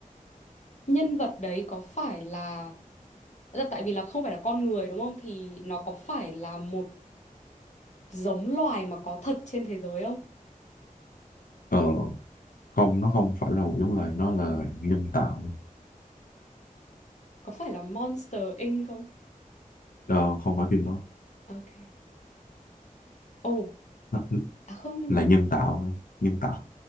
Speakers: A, on the left (about 55°); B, on the left (about 75°).
A: nhân vật đấy có phải là, là tại vì là không phải là con người đúng không? Thì nó có phải là một giống loài mà có thật trên thế giới không?
B: ờ không nó không phải là một giống loài nó là nhân
A: Ờ,
B: tạo
A: Có phải là Monster Inc không?
B: ờ,
A: Cái,
B: không phải phim đó
A: ok. Ồ,
B: nó
A: à không nhưng
B: là
A: mà
B: nhân tạo nhân tạo